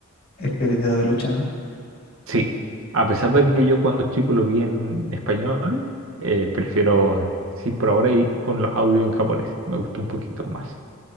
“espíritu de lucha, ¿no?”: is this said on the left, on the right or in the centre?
Left